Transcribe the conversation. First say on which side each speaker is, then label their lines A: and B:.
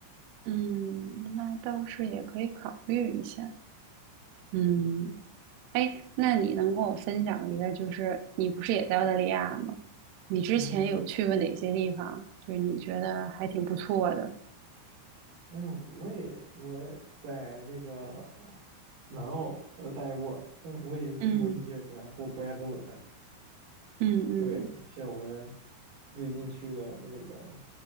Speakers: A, on the right; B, on the right.
A: 嗯，那倒是也可以考虑一下。嗯，哎，那你能跟我分享一个，就是你不是也在澳大利亚吗？你之前有去过哪些地方啊？
B: 嗯，
A: 就是你觉得还挺不错的。
B: 哎呦，我也我在这个南澳呃待过，但是我也去过一些国家公国家公园儿
A: 嗯嗯嗯，
B: 对，像我们最近去的那个，